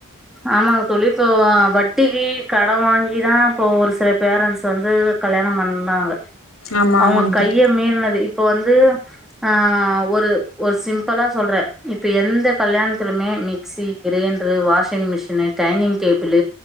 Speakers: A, in the centre; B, on the left.
A: ஆமாங்க தோழி இப்போ வட்டிக்கு கட வாங்கிதா இப்போ ஒரு சில பேரண்ட்ஸ் வந்து கல்யாணம் பண்ணாங்க
B: ஆமா
A: அவங்க
B: ஆமாங்
A: கைய
B: தோழி
A: மீர்னது போ வந்து ஆ ஒரு ஒரு சிம்பிளா சொல்ற இப்ப எந்த கல்யாணத்துலுமே மிகஸி கிரைண்டரு வாஷ் டங் மிஷன் டைனிங் டேபிள்